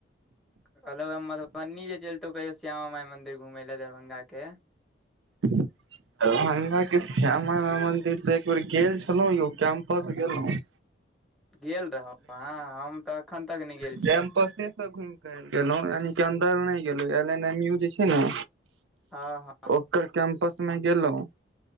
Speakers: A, in the centre; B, on the right (about 80°).
A: कहलहु मधुबनी जे चलतौ कहियो श्यामा माई मंदिर घुमे ले दरभंगा के।
B: <inaudible> दरभंगाके श्यामा माइ मंदिर तऽ एक बेर गेल छलहु यौ कैंपस गेलहु। <inaudible>
A: गेल रहौ आहा हम तऽ एखन तक नहि गेल।
B: कैंपस
A: छी
B: से घुमिक आयब गेलहु यान के अन्दर नहि गेलहु एल एन एम यू जे छैय ने
A: हँ हँ
B: ओकर कैम्पस मे गेलहुँं।